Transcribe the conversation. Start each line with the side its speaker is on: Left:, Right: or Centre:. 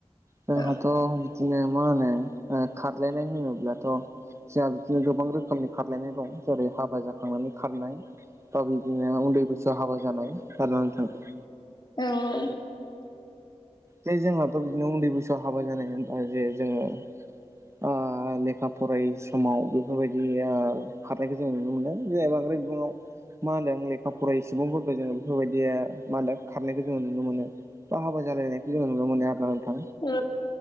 Right: जोंहाथ'
Left: औ
Right: दिनो मा होनो ओ खारलायनाय होनोब्लाथ' जोंहा बिदिनो गोबां रोखोमनि खारलायनाय दं जेरै हाबा जाखांनानै खारनाय बा बिदिनो उन्दै बैसोआव हाबा जानाय गारनानै थांदो
Left: औ औ।
Right: जे जोंहाथ' बिदिनो उन्दै बैसोआव हाबा जानाय होनब्ला जे जोङो ओ लेखा फरायि समाव बेफोरबायदि ओ खारनायखो जों नुनो मोनो जे बांद्राय बिबाङाव मा होनदों लेखा फरायि सुबुंफोरखौ जोङो बेफोरबायदिया मा होनो खारनायखौ जोङो नुनो मोनो बा हाबा जालायनाय खो जों नुनो मोनो आरोना नोंथां
Left: औ